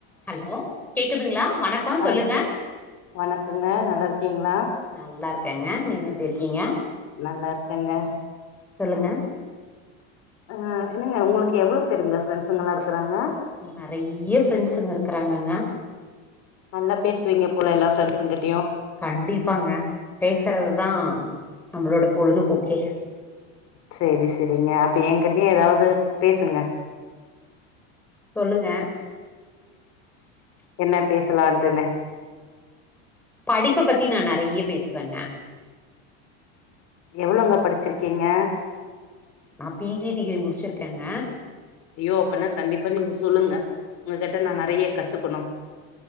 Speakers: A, in the centre; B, on the left.
A: Hello கேக்குதுங்களா வணக்கம்
B: ஆ
A: சொல்லுங்க
B: வணக்கங்க நல்லா இருக்கீங்களா
A: நல்லா இருக்கேங்க நீங்க எப்படி இருக்கீங்க
B: நல்லா இருக்கேங்க
A: சொல்லுங்க
B: ஆ என்னங்க உங்களுக்கு எவ்வளோ பேருங்க ஃப்ரெண்ட்ஸுங்கலாம் இருக்காங்க
A: நெறைய ஃப்ரெண்ட்ஸ்ங்க இருக்கறாங்கங்க
B: நல்லா பேசுவீங்க போல எல்லா ஃப்ரெண்ட்ஸ்ங்கிட்ட
A: கண்டிப்பாங்க பேசுறது தா நம்ளோட பொழுதுபோக்கே
B: செரி செரிங்க அப்ப என்கிட்டயும் எதாவது பேசுங்க
A: சொல்லுங்க
B: என்ன பேசலான்ட்டுனு
A: படிப்பை பத்தி நான் நெறைய பேசுவேங்க
B: எவ்ளங்க படிச்சிருக்கீங்க
A: நான் பிஜி டிகிரி முடிச்சிருக்கேங்க
B: ஐயோ அப்பனா கண்டிப்பா நீங்க சொல்லுங்க உங்க கிட்ட நா நெறைய கத்துக்கணும்